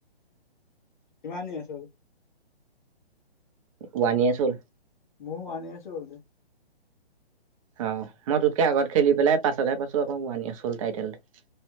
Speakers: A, on the left; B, on the right.
A: কিমান দিন আছে আৰু
B: ওৱান ইয়াৰ্চ হ'ল
A: মও আনি আছোঁ
B: অ মই তোতকে আগত খেলি পেলাই পাছতহে পাইছোঁ আকৌ ওৱান ইয়েৰচ হ'ল টাইটেলটো